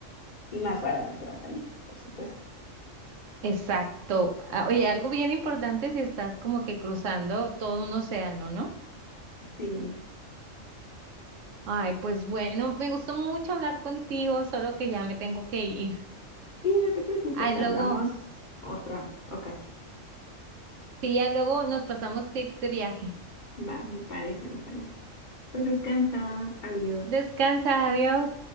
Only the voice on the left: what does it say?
y más barato te va a salir, por supuesto.
Sí.
Sí, no te preocupes,
hablamos
otra ocasión.
Va, me parece, me parece. Pues descansa, adiós.